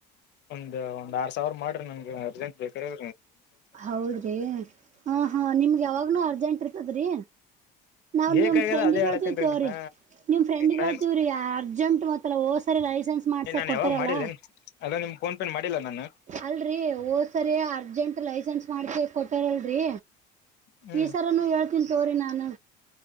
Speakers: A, on the left (about 55°); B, on the right (about 35°).
A: ಒಂದ ಒಂದ್ ಆರ್ ಸಾವಿರ್ ಮಾಡ್ರಿ ನನ್ಗೆ ಅರ್ಜೆಂಟ್ ಬೇಕಾರ
B: ಹೌದ್ರಿ ಹಾ ಹಾ ನಿಮ್ಗೆ ಯಾವಾಗ್ನೂ ಅರ್ಜೆಂಟ್ ಇರ್ತದ್ರೀ ನಾವ್
A: ಬೇಕಾಗ್ಯದ
B: ನಿಮ್ ಫ್ರೆಂಡ್
A: ಅದೇ
B: ಕೇಳ್ತವ
A: ಹೇಳತ್ತೇನ್ರಿ
B: ತೋ್ರೀ
A: ನಾನ
B: ನಿಮ ಫ್ರೆಂಡ್
A: ನಾನ್
B: ಕೇಳ್ತವ್ರೀ ಅರ್ಜೆಂಟ್ ಮತ್ತ ಹೋ ಸರಿ ಲೈಸೆನ್ಸ್ ಮಾಡ್ಸ
A: ಏ ನಾನ್
B: ಕೊಟ್ಟಾರಲ್ಲ
A: ಯಾವಾಗ ಮಾಡಿಲ್ಲೇನ್ ಅದ ನಿಮ್ ಫೋನ್ ಪೇನ್ ಮಾಡಿಲ್ಲ ನಾನು
B: ಅಲ್ರರಿ ಹೋದ್ ಸರಿ ಅರ್ಜೆಂಟ್ ಲೈಸೆನ್ಸ್ ಮಾಡ್ಕ ಕೊಟ್ಟಾರಲ್ರರಿ
A: ಹ್ಮ್
B: ಈಸರನ್ನು ಹೇಳ್ತೀನಿ ತೋರಿ ನಾನು